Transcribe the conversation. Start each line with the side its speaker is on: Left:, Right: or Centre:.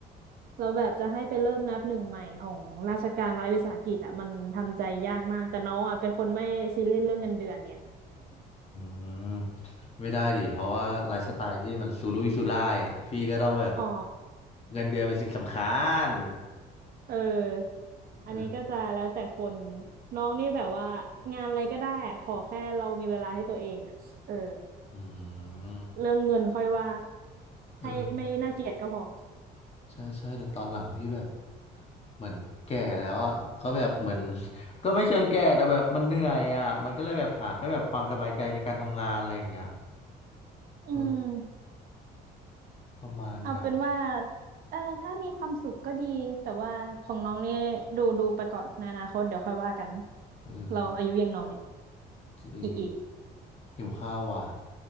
Right: เราแบบจะให้ไปเริ่มนับหนึ่งใหม่ของราชการรัฐวิสาหกิจอ่ะมันทำใจยากมากแต่น้องอ่ะเป็นคนไม่ซีเรียสเรื่องเงินเดือนไง
Left: อืมไม่ได้ดิเพราะว่าไลฟ์สไตล์พี่มันสูรุ่ยสูร่ายอ่ะพี่ก็ต้องแบบ
Right: <laughs> อ๋อ
Left: เงินเดือนเป็นสิ่งสำคัญ
Right: เอออันนี้ก็จะแล้วแต่คน
Left: เออ
Right: น้องนี่แบบว่างานอะไรก็ได้อ่ะขอแค่เรามีเวลาให้ตัวเองอะเออ
Left: อืม
Right: เรื่องเงินค่อยว่า
Left: เออ
Right: ให้ไม่น่าเกลียดก็พอ
Left: ใช่ใช่แต่ตอนหลังพี่แบบเหมือนแก่แล้วอ่ะก็แบบเหมือน <laughs> ก็ไม่เชิงแก่แต่แบบมันเหนื่อยอ่ะมันก็เลยแบบหาแค่แบบความสบายใจในการทำงานอะไรอย่างเงี้ย
Right: อืม
Left: เออประมาณนั้น
Right: เอาเป็นว่าเออถ้ามีความสุขก็ดีแต่ว่าของน้องนี่ดูดูไปก่อนในอนาคตเดี๋ยวค่อยว่ากัน
Left: เออ
Right: เราอายุยังน้อย
Left: จริง
Right: อีกอี
Left: หิวข้าวว่ะ